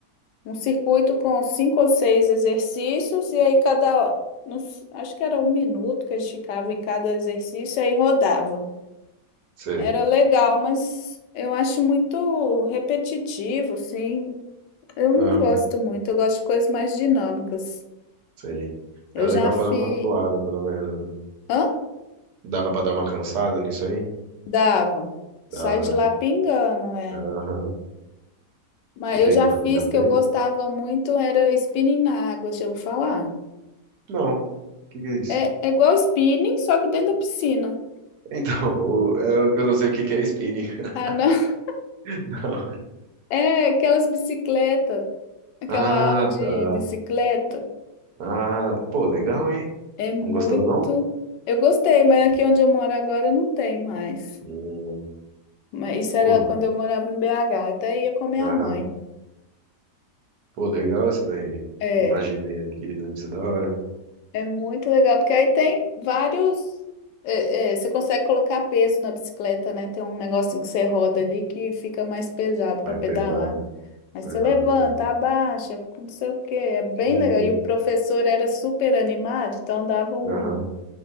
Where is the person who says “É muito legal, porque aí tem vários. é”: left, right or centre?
Left